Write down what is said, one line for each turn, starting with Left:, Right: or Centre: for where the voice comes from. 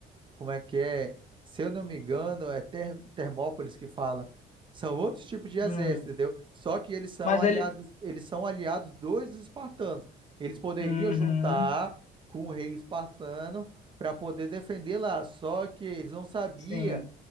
Right: como é que é? Se eu não me engano, é Ter- Termópolis que fala. São outros tipos de exército,
Left: Hum.
Right: entendeu? Só que eles são
Left: Mas
Right: aliados,
Left: ele.
Right: eles são aliados dos espartanos. Eles poderiam
Left: Uhum.
Right: juntar com o rei espartano para poder defender lá. Só que eles não sabiam
Left: Sim.